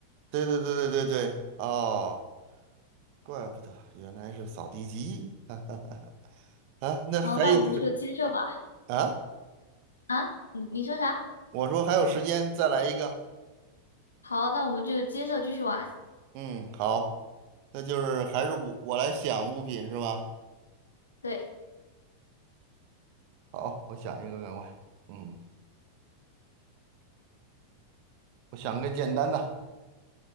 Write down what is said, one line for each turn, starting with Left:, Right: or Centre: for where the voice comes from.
Right: 对对对对对对，哦，怪不得原来是扫地机，<laughs> 哈哈哈哈！啊，那还有时
Left: 好，那我们就接着吧。
Right: 啊？
Left: 啊，你你说啥？
Right: 我说还有时间，再来一个。
Left: 好，那我们就接着继续玩。
Right: 嗯，好，那就是还是我我来想物品是吧？
Left: 对，
Right: 好，我想一个，赶快。嗯，我想个简单的。